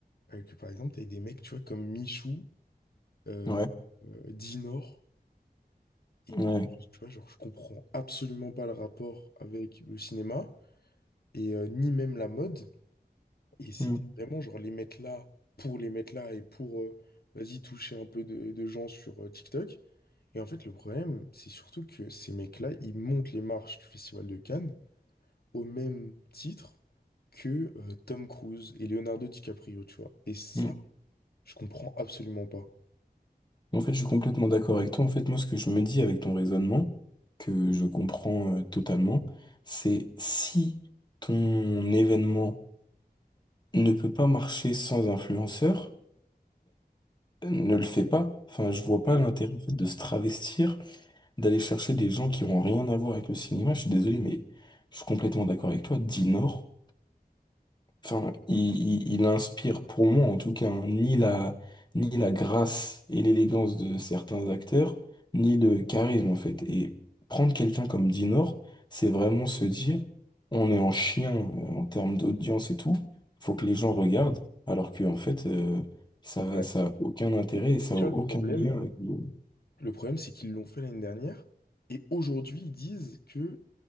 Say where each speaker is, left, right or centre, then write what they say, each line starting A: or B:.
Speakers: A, on the left; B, on the left.
A: euh, que, par exemple, t'avais des mecs, tu vois, comme Michou, euh,
B: ouais,
A: euh, Dinor. Et, et
B: ouais.
A: tu vois, genre, je comprends absolument pas le rapport avec le cinéma et euh, ni même la mode. Et c'était
B: Mm,
A: vraiment, genre, les mettre là pour les mettre là et pour, euh, vas-y, toucher un peu de, de gens sur euh, TikTok. Et en fait, le problème, c'est surtout que ces mecs-là, ils montent les marches du Festival de Cannes au même titre que euh, Tom Cruise et Leonardo DiCaprio, tu vois. Et ça,
B: mm.
A: je comprends absolument pas.
B: En fait, je suis complètement d'accord avec toi. En fait, moi, ce que je me dis avec ton raisonnement, que je comprends euh, totalement, c'est si ton événement ne peut pas marcher sans influenceur, ne le fait pas. Enfin, je vois pas
A: Mm,
B: l'intérêt en fait de se travestir, d'aller chercher des gens qui ont rien à voir avec le cinéma. Je suis désolé, mais je suis complètement d'accord avec toi. Dinor. Enfin, il, il- il inspire pour moi en tout cas hein, ni la, ni la grâce et l'élégance de certains acteurs, ni le charisme en fait. Et prendre quelqu'un comme Dinor, c'est vraiment se dire, on est en chien euh, en termes d'audience et tout, faut que les gens regardent, alors que en fait, euh, ça,
A: ouais.
B: ça a aucun intérêt et ça
A: Et tu
B: a aucun
A: vois, le problème,
B: lien avec le-
A: le problème, c'est qu'ils l'ont fait l'année dernière et aujourd'hui, ils disent que